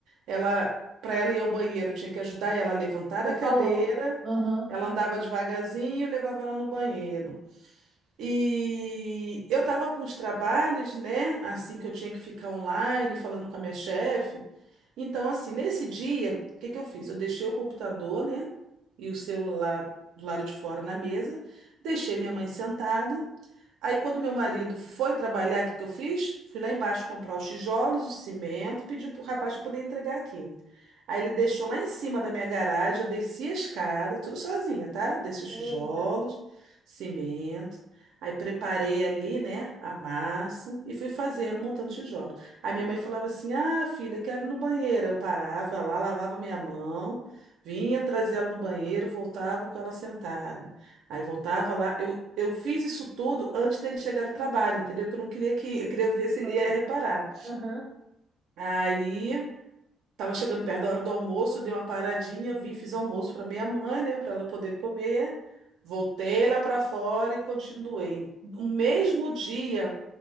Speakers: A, on the right; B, on the right.
A: ela para ela ir ao banheiro, eu tinha que ajudar ela a levantar
B: você
A: a cadeira.
B: falou. Aham.
A: Ela andava devagarzinho, e levava ela no banheiro. E eu estava com os trabalhos, né? Assim que eu tinha que ficar online falando com a minha chefe. Então, assim, nesse dia, o que que eu fiz? Eu deixei o computador, né? E o celular do lado de fora na mesa, deixei minha mãe sentada. Aí, quando meu marido foi trabalhar, o que que eu fiz? Fui lá embaixo comprar os tijolos, o cimento, pedi pro rapaz para poder entregar aqui. Aí ele deixou lá em cima da minha garagem, eu desci a escada, tudo sozinha, tá? Desci os
B: Eita,
A: tijolos, cimento. Aí preparei ali, né, a massa e fui fazendo, montando os tijolos. Aí minha mãe falava assim: Ah, filha, quero ir no banheiro. Eu parava lá, lavava minha mão, vinha, trazia ela no banheiro, voltava com ela sentada. Aí voltava lá. Eu, eu fiz isso tudo antes dele chegar no trabalho, entendeu? Que eu não queria que. Eu queria ver se ele
B: família.
A: ia reparar.
B: Aham,
A: Aí tava chegando perto da hora do almoço, dei uma paradinha, vim, fiz almoço para minha mãe, né? Para ela poder comer. Voltei lá para fora e continuei. No mesmo dia,